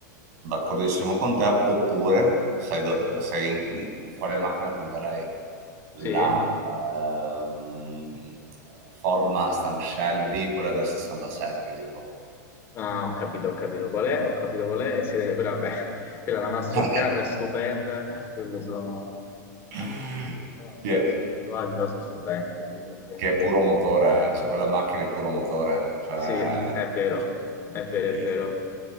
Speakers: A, on the right; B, on the left.
A: D'accordissimo con te, oppure sai do sai in mhmm, quale macchina punterei? La,
B: Sì?
A: ehm, Ford Mustang Shelby, quella del '67 tipo.
B: Ah, ho capito, ho capito qual è, ho capito qual è, e siete, quella, vabbè, <laughs> quella è la Mastercard
A: <laughs>
B: è stupenda, quelle sono
A: <laughs>
B: macchine che diciamo,
A: Sì,
B: noi
A: è-
B: non siamo abituati, però sono stupende, sì, devo dire.
A: che è puro motore, cioè quella macchina è puro motore, cioè
B: Sì, è vero, è
A: eh,
B: vero, è vero,